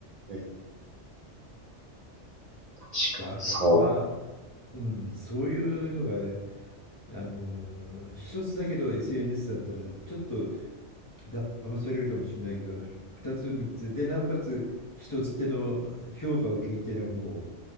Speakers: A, on the right; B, on the left.
A: うん、うん。確かに、
B: だからまあ、
A: そう。
B: うん、そういうのがあの一つだけど SNS だったら、ちょっと騙されるかもしれないけど、二つ、三つで、なおかつ、人づての評価を聞いてりゃもう、